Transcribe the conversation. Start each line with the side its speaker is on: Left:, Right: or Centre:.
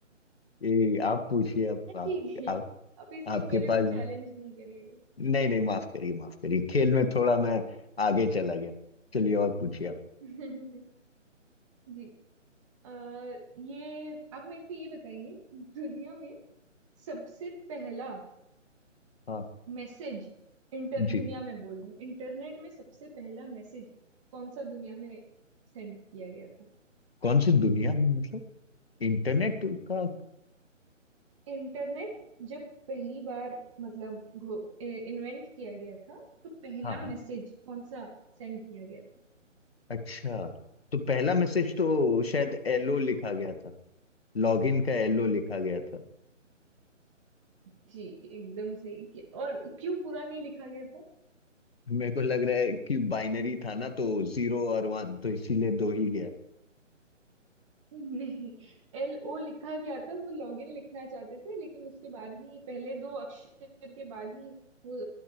Left: ये आप पूछिए आप,
Right: हाँ,
Left: आप,
Right: ठीक है
Left: आप
Right: अब इसलिए
Left: आपके
Right: मेरे
Left: पास
Right: को चैलेंज नहीं करिएगा
Left: नहीं नहीं माफ करिए माफ करिए खेल में थोड़ा मैं आगे चला गया चलिए और पूछिए आप
Right: <laughs> जी आ, ये आप मेरे को ये बताइए दुनिया में सबसे पहला
Left: हाँ
Right: मैसेज इंटर
Left: जी
Right: दुनिया में बोल रही हूँ इंटरनेट में सबसे पहला मैसेज कौन सा दुनिया में सेंड किया गया था
Left: कौन सी दुनिया में मतलब इंटरनेट का
Right: इंटरनेट जब पहली बार मतलब इन्वेंट किया गया था तो पहला
Left: हाँ हाँ
Right: मैसेज कौन सा सेंड किया गया
Left: अच्छा तो पहला मैसेज तो शायद एलओ लिखा गया था लॉगिन का एलओ लिखा गया था
Right: जी एकदम सही कि- और क्यों पूरा नहीं लिखा गया था
Left: मेरे को लग रहा है कि बाइनरी था ना तो जीरो और वन तो इसीलिए दो ही गया
Right: नहीं एल ओ लिखा गया था वो लॉगिन लिखना चाहते थे लेकिन उसके बाद ही पहले दो अक्षर के बाद ही वो